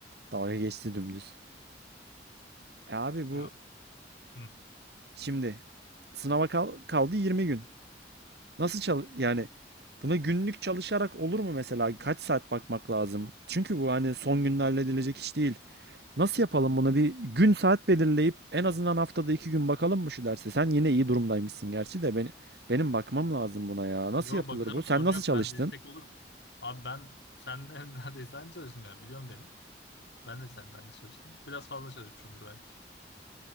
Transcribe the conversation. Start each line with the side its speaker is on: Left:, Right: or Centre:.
Right: Dalga geçti dümdüz. E abi bu
Left: Ya, hı.
Right: şimdi sınava kal- kaldı 20 gün. Nasıl çal yani buna günlük çalışarak olur mu mesela? Kaç saat bakmak lazım? Çünkü bu hani son günde halledilecek iş değil. Nasıl yapalım buna bir gün saat belirleyip en azından haftada iki gün bakalım mı şu derse? Sen yine iyi durumdaymışsın gerçi de beni, benim bakmam lazım buna ya. Nasıl
Left: Yo
Right: yapılır
Left: bakalım
Right: bu? Sen
Left: sorun
Right: nasıl
Left: yok.
Right: çalıştın?
Left: Ben destek olurum. Abi ben senle <laughs> neredeyse aynı çalıştım ya. Biliyorum beni. Ben de seninle aynı çalıştım. Biraz fazla çalışmışımdır belki.